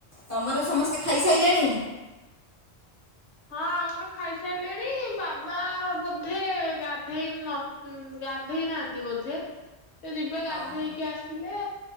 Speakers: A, on the right; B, on the left.
A: ତମର ସମସ୍ତେ ଖାଇସାଇଲେଣି?
B: ହଁ ଆମର ଖାଇସାଇଲେଣି ବାବା ବୋଧେ ଗାଧେଇ ନ ଥି ଗା ଗାଧେଇ ନାହାଁନ୍ତି ବୋଧେ ସେ ଯିବେ ଗାଧେଇକି
A: ଓହୋ
B: ଆସିଲେ